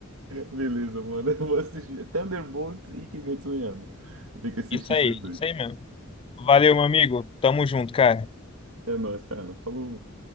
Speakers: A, on the right (about 80°); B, on the left (about 25°).
A: Beleza, mano. Eu vou assistir Thunderbolt e Kimetsu no Yaiba. Eu tenho que assistir
B: Isso aí,
A: esses dois.
B: isso aí mesmo. Valeu, meu amigo. Tamo junto, cara.
A: É nóis, cara. Falou.